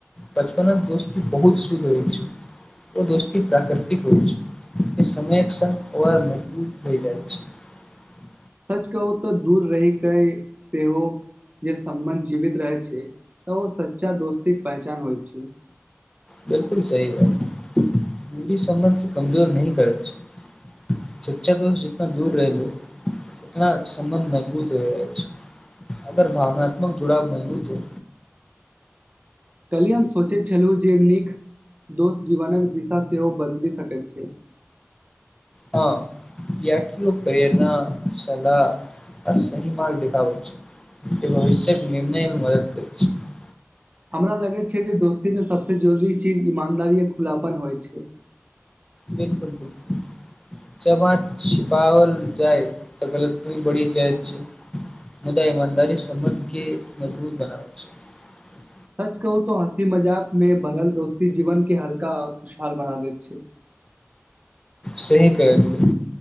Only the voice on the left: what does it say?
बचपन दोस्ती बहुत शुद्ध होइ छै ओ दोस्ती प्राकृतिक होइ छै जे समयक्षम अवर मजबूत होइ जाइत छै
बिलकुल सही है दूरी सम्बन्ध क कमजोर न करै छै चच्चा दोष जितना दूर रह लो उतना सम्बन्ध मजबूत रह जा छै अगर भावनात्मक जुड़ाव मजबूत हो
हँ किियकि ओ प्रेरणा सलाह आ सही मार्ग देखाबैत छै जे भविष्यके निर्णयमे मदद करैत छै
बिलकुल बकु जब आ छिपावल जाइ तऽ गलती बढ़ी जाइत छै मुदा इमानदारी सं्बध के मजबूत बनाबै छै
सही केलियै